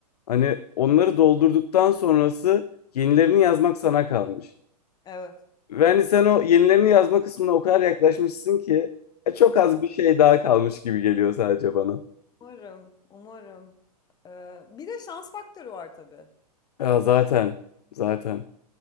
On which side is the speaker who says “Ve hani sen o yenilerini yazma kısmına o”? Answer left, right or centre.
Left